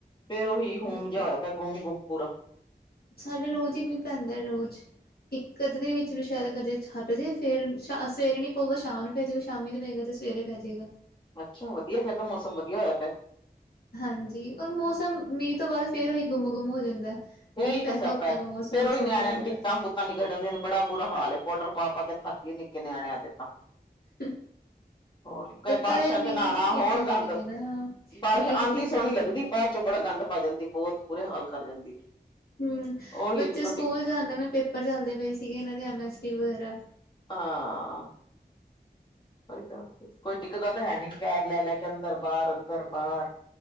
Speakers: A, on the left; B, on the left.
A: ਫੇਰ ਉਹੀ ਹੁਮ
B: ਨਹੀਂ,
A: ਜਿਹਾ ਹੋਇਆ ਪਿਆ ਗੁੰਮ ਗੁੰਮ ਪੂਰਾ।
B: ਸਾਡੇ ਰੋਜ਼ ਹੀ ਮੀਂਹ ਪੈਂਦਾ ਰੋਜ਼। ਇੱਕ ਅਦੇ ਦਿਨ ਵਿੱਚ ਨੂੰ ਸ਼ਾਇਦ ਕਦੇ ਛੱਡ ਜੇ ਫੇਰ ਸਵੇਰੇ ਨੀ ਪਊਗਾ ਸ਼ਾਮ ਨੂੰ ਪੈਜਊਗਾ। ਸ਼ਾਮੀ ਨੀ ਪਏਗਾ ਤੇ ਸਵੇਰੇ ਪੈ ਜਾਏਗਾ।
A: ਅੱਛਾ ਵਧੀਆ ਫਿਰ ਤਾਂ ਮੌਸਮ ਵਧੀਆ ਹੋਇਆ ਪਿਆ।
B: ਹਾਂਜੀ ਔਰ ਮੌਸਮ ਮੀਂਹ ਤੋਂ ਬਾਅਦ ਫੇਰ ਉਹੀ ਗੁੰਮ ਗੁੰਮ ਹੋ ਜਾਂਦਾ।
A: ਇਹੀ
B: ਮੀਂਹ ਪੈਂਦਾ
A: ਤਾਂ ਸਿਆਪਾ
B: ਉਦ ਤੱਕ
A: ਹੈ
B: ਮੌਸਮ
A: ਫੇਰ ਉਹੀ
B: ਸੋਹਣਾ
A: ਨਿਆਣਿਆਂ
B: ਲੱਗਦਾ।
A: ਨੂੰ ਪੀਤਾਂ। ਪੀਤਾਂ ਨਿਕਲ ਜਾਂਦੀ ਐ ਬੜਾ ਬੁਰਾ ਹਾਲ ਐ ਪਾਊਡਰ ਪਾ ਪਾ ਕੇ ਥੱਕ ਗੀ ਨਿੱਕੇ ਨਿਆਣਿਆਂ ਦੇ ਤਾਂ।
B: ਹੱ
A: ਹੋਰ
B: <inaudible> ਲੱਗਦੈ
A: ਬਾਰਿਸ਼ਾਂ
B: ਮੀਂਹ
A: ਨਹਾਣਾ
B: ਚ ਭਿੱਜ
A: ਹੋਰ
B: ਜਾਂਦੇ
A: ਗੰਦ
B: ਨੇ ਨਾ,
A: ਬਾਰਿਸ਼
B: ਮੀਂਹ ਚ
A: ਆਂਦੀ
B: ਭਿੱਜਦੇ
A: ਸੋਹਣੀ ਲੱਗਦੀ
B: ਨੇ।
A: ਬਾਅਦ ਚੋਂ ਬੜਾ ਗੰਦ ਪਾ ਜਾਂਦੀਏ, ਬੋਤ ਬੁੁਰੇ ਹਾਲ ਕਰ ਜਾਂਦੀ।
B: ਹੂੰ,
A: ਉਹੀ
B: ਬੱਚੇ
A: ਕੋਈ
B: ਸਕੂਲ
A: ਟਿਕ
B: ਜਾਂਦੇ ਨੇ ਪੇਪਰ ਚੱਲਦੇ ਪਏ ਸੀਗੇ ਏਨਾਂ ਦੇ ਐਮਐਸਸੀ ਵਗੈਰਾ।
A: ਹਾਂ, ਓਈ ਤਾਂ। ਕੋਈ ਟਿਕਦਾ ਤਾਂ ਹੈਨੀ, ਪੈਰ ਲੈਲੈ ਕੇ ਅੰਦਰ-ਬਾਰ, ਅੰਦਰ-ਬਾਰ।